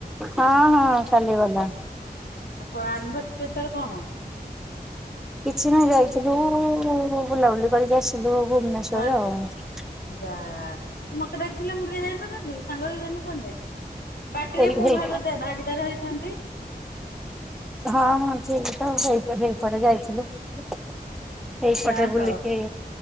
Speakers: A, in the centre; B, on the left.
A: ହଁ ହଁ ଚାଲିଗଲା
B: ଆଉ କଳାଳି ସ୍ପେଶାଲ କଣ?
A: କିଛି ନହି ଯାଇଥିଲୁ ଉ ବୁଲାବୁଲି କରିକି ଆସିି ଥିଲୁ ଭୁବନେଶ୍ୱରରେ
B: କୁଆଡୁ
A: ଆଉ
B: ଯା ମତେ ଡାକିଥିଲେ ମୁଁ ଟିକେ ଯାଇ ନଥାନ୍ତନ୍ତି ସାଙ୍ଗ ହୋଇ ଯାଇନଥାନ୍ତେ। ପାାର୍ଟିରେ
A: ଏଇ
B: ମୁଁ
A: ହେଇ
B: ଭାଗଦେ ଭାଗିଦାର ହେଇଥାନ୍ତି
A: ହଁ ହଁ ଠିକ୍ ତ ହେଇ ହେଇପଟେ ଯାଇଥିଲୁ ଏଇପଟେ
B: ଆ ହଉ
A: ବୁଲିକି